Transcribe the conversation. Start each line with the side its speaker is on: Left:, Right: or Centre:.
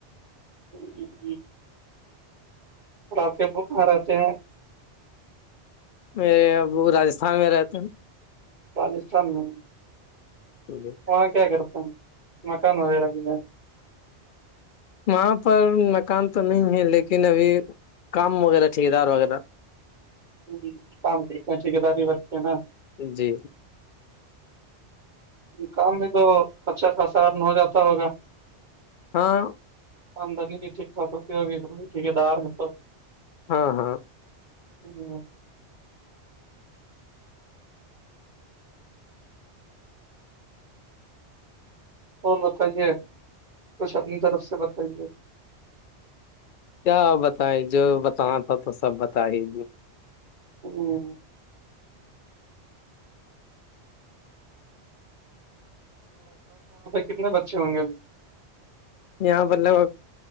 Right: <inaudible> <inaudible> پڑاپ کے بکاں رہتے ہیں
Left: میرے ابو راجستھان میں رہتے ہیں
Right: راجستھان میں
Left: <unintelligible>
Right: وہاں کیا کرتے ہیں مکان وغیرہ بھی ہے
Left: وہاں پر مکان تو نہیں ہے لیکن ابھی کام وغیرہ ٹھیک دار وغیرہ
Right: ہ کام طریقے ٹھیکےداری برتی نا
Left: جی
Right: کام میں تو اچا خاص ہو جاتا ہوگا
Left: <inaudible>
Right: آمدنی بھی ٹھیک ٹااک ہوتی ہے اور بھی ٹھیکے دار ہے تو
Left: ہاں ہاں
Right: <inaudible> اور بتائیے کچھ اپنی طرف سے بتائیے
Left: کیا بتائے جو بتا تھا تو سب بت ہی
Right: <inaudible> کتنے بچے ہوں گے
Left: یہاں بوللے